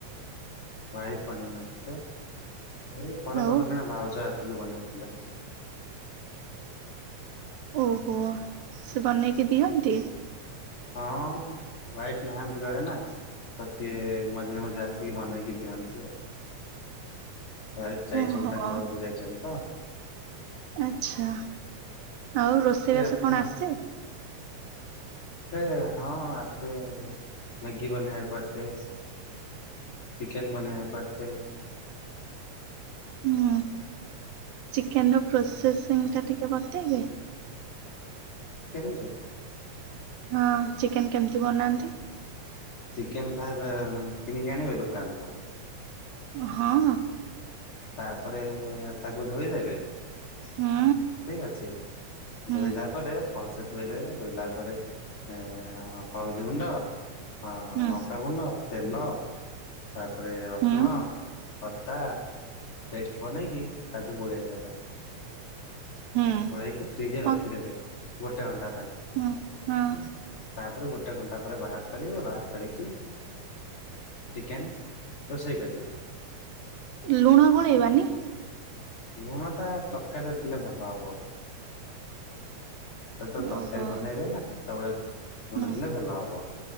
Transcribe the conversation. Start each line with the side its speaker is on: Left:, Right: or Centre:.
Left: ୱାଇଫ୍ ବନେଇ ନଥିଲେ ଏ ଘର
Right: ଆଉ
Left: ପାଖେରେ ଜଣେ ଭାଉଜ ଆସିକି ବନେଇଥିଲେ।
Right: ଓହୋ ସିଏ ବନେଇକି ଦିଅନ୍ତି।
Left: ହଁ ୱାଇଫ୍ ନାହାନ୍ତି ଘରେ ନା। ତ ସିଏ ମଝିରେ ମଝିରେ ଆସିକି ବନେଇକି ଦିଅନ୍ତି ଆଉ। ୱାଇଫ୍ ଯାଇଛନ୍ତି
Right: ଓହୋ।
Left: ତାଙ୍କ ଘରୁକୁ ଯାଇଛନ୍ତି ତ।
Right: ଆଛା ଆଉ ରୋଷେଇବାସ
Left: ସିଏ ଆସି
Right: କଣ ଆସେ।
Left: ତେ ହଁ ଆସେ ମ୍ୟାଗି ବନେଇବାକୁ ଆସେ। ଚିକେନ୍ ବନେଇବାକୁ ଆସେ।
Right: ହୁଁ ଚିକେନର ପ୍ରୋସେସିଂଟା ଟିକେ ବତେଇବେ।
Left: କେନର
Right: ହଁ ଚିକେନ୍ କେମତି ବନାନ୍ତି?
Left: ଚିକେନ୍ ଫାଷ୍ଟେ ଉଁ କିଣିକି ଆଣିବ ଦୋକାନରୁ।
Right: ହଁ।
Left: ତାପରେ ତାକୁ ଧୋଇଦେବେ ଠିକ୍
Right: ହୁଁ
Left: ଅଛି।
Right: ହୁଁ
Left: ଧୋଇଲା ପରେ ଭଲ ସେ ଧୋଇ ଦେବେ ଧୋଇଲା ପରେ ଏଁ ହଳଦୀଗୁଣ୍ଡ ଆଁ
Right: ହୁଁ
Left: ଲଙ୍କାଗୁଣ୍ଡ ତେଲ ତାପରେ ରସୁଣ,
Right: ହୁଁ
Left: ଅଦା ପେଷ୍ଟ ବନେଇକି ତାକୁ ଗୋଳେଇଦେବା।
Right: ହୁଁ।
Left: ଗୋଳେଇକି ଫ୍ରିଜରେ
Right: ହଁ
Left: ରଖିଦେବେ ଗୋଟେ ଘଣ୍ଟା ପାଇଁ।
Right: ହଁ ହଁ
Left: ତାପରେ ଗୋଟେ ଘଣ୍ଟା ପରେ ବାହାର କରିବେ ବାହାର କରିକି ଚିକେନ୍ ରୋଷେଇ କରିବେ।
Right: ଲୁଣ ଗୋଳେଇବାନି?
Left: ଲୁଣ ଟା ତରକାରୀ ଦେଇଥିଲେ ଭଲ ହବ। ଯେତେବେଳେ ତରକାରୀ
Right: ଓହୋ
Left: ବନେଇବେ ନା ସେତେବେଳେ ଲୁଣ
Right: ହୁଁ
Left: ଦେଲେ ଭଲ ହବ।